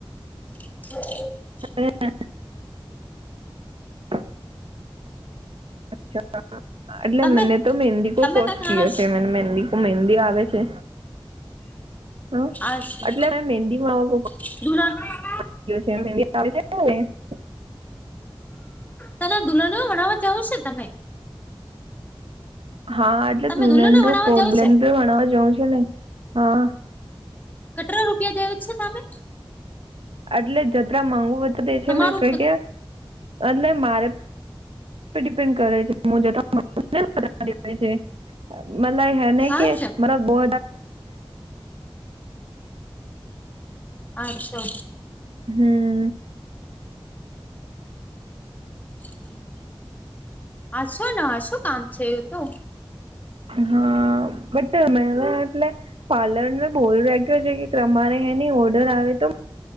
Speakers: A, on the left; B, on the right.
A: <inaudible>
B: <inaudible> <unintelligible> એટલે
A: તમે
B: મને તો મહેંદી કો
A: તમે
B: કોર્સ
A: કા ખાણા
B: કયો છે મને મંદી કો મહેંદી આવે છે. હા
A: આ છે
B: એટલે મેંદી માં હું
A: <unintelligible>
B: <unintelligible>
A: તના દુલ્હનો ભનાવા જવું છે તમે.
B: હા એટલે
A: તમે
B: દુલહન
A: દુલ્હનને
B: <unintelligible>
A: ભણાવવા
B: કોલેડ
A: જાવ છે
B: ભણાવવા જવું છે ને હા.
A: કટરા રૂપિયા દેવ છે તમે?
B: એટલે જતરા માંગુ વતા દે છે
A: તમારું
B: ને કંઈક એ એટલે મારે ડીપેન્ડ કરે છે <unintelligible> મતલબ હેને
A: હા
B: કે
A: છે
B: મતબ <unintelligible>
A: અચછો.
B: હમ
A: <unintelligible> હછાને શું કામ છે એ તો
B: હા બટ એટલે પાર્લર મે બોલ કે તમારે એની ઓર્ડર આવે તો